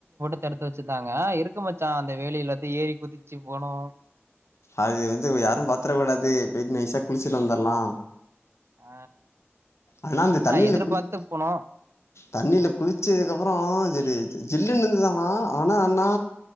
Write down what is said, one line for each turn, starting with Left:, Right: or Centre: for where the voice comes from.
Right: எடுத்து வெச்சுட்டாங்க இருக்கு மச்சா அந்த வேலில ஏ அய் குதிச்சு போனோ
Left: அது வந்து யாரோ பாத்துர கூடாது போயிட்டு நைசா குளிச்சுட்டு வந்துர்லா
Right: ஆமா ஆ
Left: ஆனா அந்த தண்ணில
Right: எதிர்பார்த்து
Left: குளிக்
Right: போனோ
Left: தண்ணில குளிச்சதுக்கப்புறோ <unintelligible> து ஜில்லு இருந்துது ஆனா ஆனா என்னா